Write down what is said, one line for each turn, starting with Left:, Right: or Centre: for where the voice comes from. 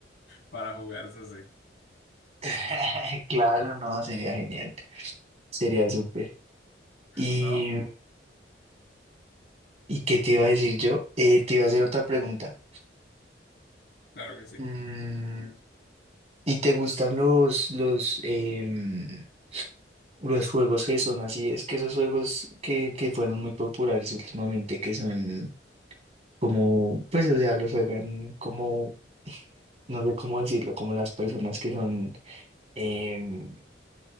Left: para jugar, eso sí.
Right: <laughs> claro, no, sería genial, sería súper. Y,
Left: ¿No?
Right: ¿y qué te iba a decir yo? Eh, te iba a hacer otra pregunta.
Left: Claro que sí.
Right: Mm, ¿Y te gustan los, los, em, Los juegos que son así, es que esos juegos que, que fueron muy populares últimamente, que son como, pues, o sea, los juegan como, no sé cómo decirlo, como las personas que son em,